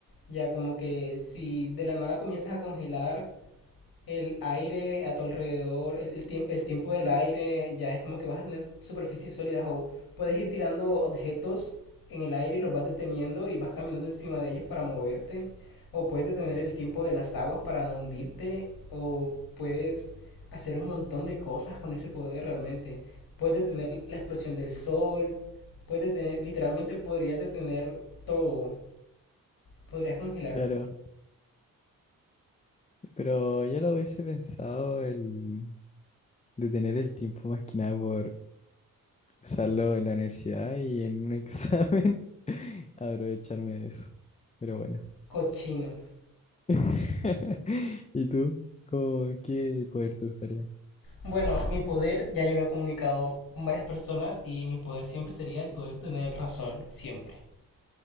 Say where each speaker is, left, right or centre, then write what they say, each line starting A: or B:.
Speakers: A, on the left; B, on the left.
A: Ya como que si de la nada comienzas a congelar el aire a tu alrededor, el, el, tiemp- el tiempo del aire, ya es como que vas a tener superficies sólidas o puedes ir tirando objetos en el aire y los vas deteniendo y vas caminando encima de ellos para moverte, o puedes detener el tiempo de las aguas para no hundirte, o puedes hacer un montón de cosas con ese poder realmente. Puedes detener la explosión del sol, puedes detener, literalmente podrías detener todo, podrías congelar
B: claro. Pero yo lo hubiese pensado el detener el tiempo más que nada por usarlo en la universidad y en un examen, <laughs> aprovecharme de eso. Pero bueno.
A: cochino.
B: <laughs> ¿Y tú? ¿Cómo, qué poder te gustaría?
A: Bueno, mi poder, ya yo lo he comunicado con varias personas y mi poder siempre sería el poder tener razón, siempre.